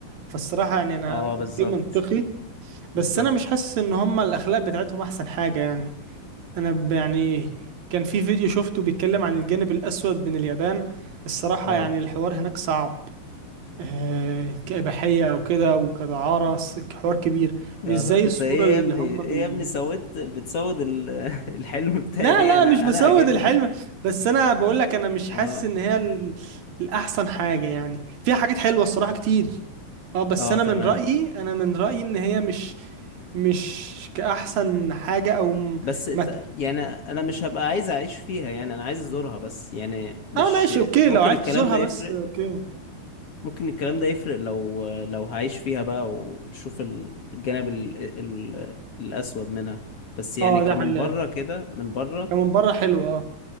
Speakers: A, on the right; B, on the left.
A: فالصراحه يعني انا
B: اه
A: اوكي
B: بالظبط
A: منطقي بس
B: بالظبط
A: انا مش حاسس ان هم الاخلاق بتاعتهم احسن حاجه يعني انا ب- يعني كان في فيديو شفته بيتكلم عن الجانب الاسود من اليابان الصراحه
B: اه
A: يعني الحوار هناك صعب آه، كإباحية أو كده وكدعارة س- حوار كبير
B: يلا
A: مش زي
B: انت
A: الصورة
B: ايه
A: اللي
B: يا ابني
A: هم
B: ايه
A: بي
B: يا ابني سويت بتسود ال- <laughs> الحلم بتاعي
A: لا
B: ليه
A: لا
B: انا
A: مش بسود
B: انا عاجبني
A: الحلم بس أنا بقول لك أنا مش حاسس
B: اه
A: إن هي ال... الأحسن حاجة يعني فيها حاجات حلوة الصراحة كتير اه بس
B: اه
A: أنا
B: تمام
A: من رأيي أنا من رأيي إن هي مش مش كأحسن حاجة أو م...
B: بس انت
A: ما
B: يعني انا مش هبقى عايز اعيش فيها يعني انا عايز ازورها بس يعني مش
A: اه ماشي أوكي
B: ممكن
A: لو عايز
B: الكلام
A: تزورها
B: ده يفرق
A: بس أوكي
B: ممكن الكلام ده يفرق لو لو هعيش فيها بقى وشوف الجانب ال... ال... الاسود منها بس يعني
A: اه
B: كمان
A: ده حقيقة
B: بره كده من بره
A: هي من بره حلوة اه